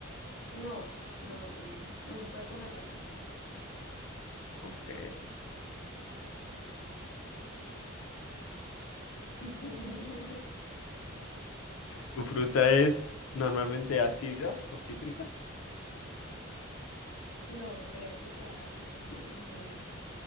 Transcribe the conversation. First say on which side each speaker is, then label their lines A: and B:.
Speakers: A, on the left; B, on the left.
A: No, no, no, no. No se puede comer la cáscara.
B: Ok.
A: <laughs>
B: ¿Tu fruta es normalmente ácida o cítrica?
A: No, creo que sea ácida. No,